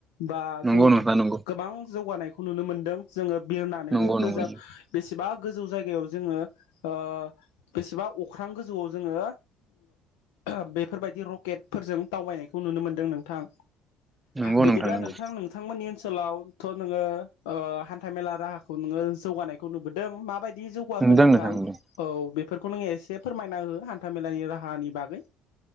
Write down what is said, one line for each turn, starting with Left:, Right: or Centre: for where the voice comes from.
Left: बा
Right: नंगौ
Left: जों
Right: नोंथां नंगौ
Left: गोबां जौगानायखौ नुनो मोनदों जोङो बिरनानैनो
Right: नंगौ
Left: गोजा
Right: नंगौ
Left: बेसेबां गोजौ जायगायाव जोङो ओ बेसेबा अख्रां गोजौआव जोङो <unintelligible> बेफोरबायदि रकेटफोरजों दावबायनायखौ नुनो मोनदों नोंथां।
Right: नंगौ
Left: बिदिब्ला
Right: नंगौ
Left: नोंथां नोंथांमोननि ओन नसोलावथ' नोङो ओ हान्था मेला राहाखौ नोङो जौगानायखौ नुबोदों माबाय दि जौगाखो
Right: नोंदों
Left: नोंथां
Right: नोंदों
Left: औ बे फोरखौ नोङो एसे फोरमायना हो हान्थाामेलानि राहानि बागै